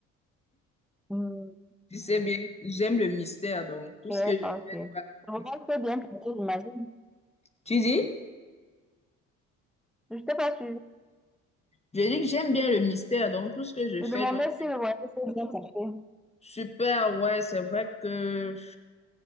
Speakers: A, in the centre; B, on the left.
A: Hmm,
B: Tu sais bien, j'aime le mystère, donc tout
A: ok,
B: ce que je
A: ok.
B: fais doit...
A: Le voyage s'est bien passé, j'imagine.
B: Tu dis?
A: Je t'ai pas suivi.
B: Je dis que j'aime bien le mystère, donc tout ce que je
A: Je
B: fais
A: demandais
B: doit être
A: si le voyage s'est bien passé.
B: super. Ouais, c'est vrai que...